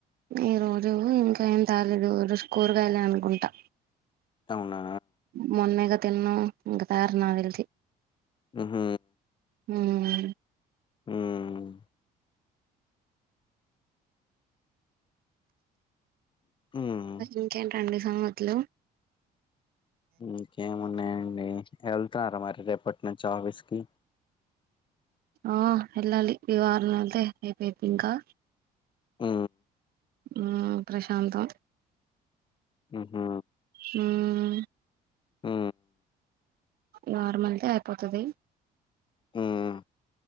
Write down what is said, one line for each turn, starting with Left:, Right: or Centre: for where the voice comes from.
Right: ఈ రోజు ఇంకా ఏం తాలేదు రోజు కూరగాయలే అనుకుంటా
Left: అవునా
Right: మౌన్నై కదా <unintelligible> ఇంకా తయారు నాకు తెలిసి
Left: హమ్
Right: మ్
Left: మ్ ఉమ్
Right: ఇంకెంటండి సంగతులు
Left: ఇంకే ఉవున్నాయండి వెళ్తారా మరి రేపటి నుంచి ఆఫీస్ కి
Right: ఆ వెళ్ళాలి ఈ వారం వెళ్తే అయిపోయిద్ది ఇంకా
Left: మ్
Right: ఆ ప్రశాంతం
Left: మ్మ్ హు
Right: మ్
Left: మ్
Right: నార్మల్ దే అయిపోతాది
Left: ఉమ్